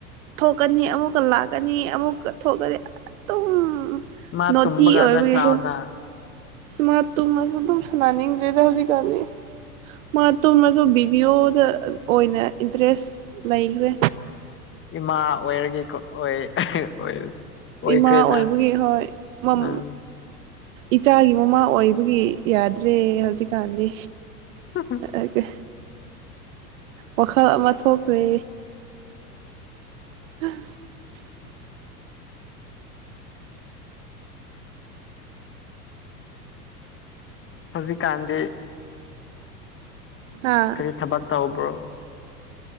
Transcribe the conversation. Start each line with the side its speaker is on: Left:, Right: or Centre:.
Right: ꯊꯣꯛꯀꯅꯤ ꯑꯃꯨꯛꯀ ꯂꯥꯛ ꯀꯅꯤ ꯑꯃꯨꯛꯀ ꯊꯣꯛꯀꯗꯤ ꯑꯗꯨꯝ
Left: ꯃꯥ
Right: ꯅꯣꯇꯤ
Left: ꯇꯨꯝꯕ ꯀꯥꯟꯗ
Right: ꯑꯣꯏꯕꯒꯤꯀꯣ
Left: ꯁꯥꯟꯅꯧꯅ
Right: ꯁꯨꯃꯥ ꯇꯨꯝꯃꯖꯨ ꯑꯗꯨꯝ ꯁꯅꯅꯤꯡꯗ꯭ꯔꯦꯗ ꯍꯧꯖꯤꯛꯀꯟꯗꯤ ꯃꯥ ꯇꯣꯝꯃꯖꯨ ꯚꯤꯗꯤꯑꯣꯗ ꯑꯣꯏꯅ ꯏꯟꯇꯔꯦꯁ ꯂꯩꯒ꯭ꯔꯦ
Left: ꯏꯃꯥ ꯑꯣꯏꯔꯒꯦꯀꯣ ꯑꯣꯏ ꯑꯣꯏ ꯑꯣꯏꯈ꯭ꯔꯦꯅ
Right: ꯏꯃꯥ ꯑꯣꯏꯕꯒꯤ ꯍꯣꯏ ꯃꯝ
Left: ꯎꯝ
Right: ꯏꯆꯥꯒꯤ ꯃꯃꯥ ꯑꯣꯏꯕꯒꯤ ꯌꯥꯗ꯭ꯔꯦ ꯍꯧꯖꯤꯛꯀꯥꯟꯗꯤ
Left: <unintelligible>
Right: ꯑꯒ ꯋꯥꯈꯜ ꯑꯃ ꯊꯣꯛꯈ꯭ꯔꯦ <unintelligible>
Left: ꯍꯧꯖꯤꯛꯀꯥꯟꯗꯤ
Right: ꯍꯥ
Left: ꯀꯔꯤ ꯊꯕꯛ ꯇꯧꯕꯔꯣ